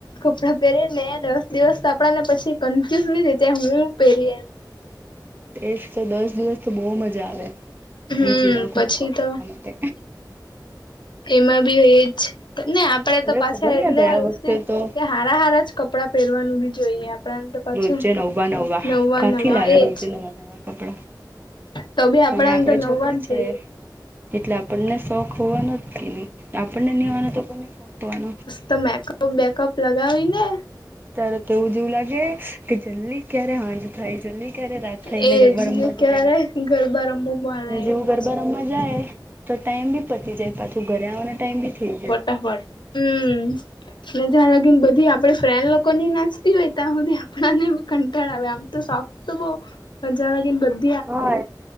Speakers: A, on the left (about 85°); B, on the right (about 25°).
A: આપણે પહેરીને દસ દિવસ તો આપ ને પછી કન્ફ્યુઝ રેતે શુ પહેરી.
B: એજ તો દસ દિવસ તો બહુ મજા આવે.
A: હમ
B: ડીજેમાં કુદકા
A: પછી
B: મારવા
A: તો.
B: માટે
A: એમાં બીજ ને આપડે
B: અરે
A: તો પાછા
B: ખબર
A: એટલે
B: ને ગયા
A: આવશે.
B: વખતે તો
A: હારા હારા જ કપડાં પહેરવાનું બી જોઈએ આપ. ઉપરાંત પાછું
B: રોજે નવા
A: નવા
B: કાંથી
A: નવા
B: લાવે
A: એજ.
B: રોજે નવા નવા કપડાં
A: તો બી આપડા
B: હવે આપણે
A: અંદર નવ
B: છોકરી
A: વા જ
B: છે
A: જોયું.
B: એટલે આપણને શોખ હોવાનો જ કે નહી આપણને નવાનો તો પણ ન શોખ હોવાનો.
A: તો મેકઅપ બેકઅપ લગાવી ને.
B: ત્યારે તેવું જેવું લાગે કે જલ્દી ક્યારે હાંજ થાય જલ્દી ક્યારે રાત થાય
A: એજ
B: ગરબા રમવા
A: ને ક્યારે
B: જાય.
A: ગરબા. રમવું મળે
B: હ જેવું
A: એવું
B: ગરબા રમવા જાય. તો ટાઈમ બી પતી જાય પાછું ઘરે આવવાનો ટાઈમ બી થઈ જાય.
A: કવાડ. હમ. મજા લાગી ને બધી આપડે ફ્રેન્ડ લોકો ની નાચતી હોય તો આ બધી આપને કંટાળ આવે આમ તો શોખ. તો બો પંજાર ગીન બંધ.
B: હા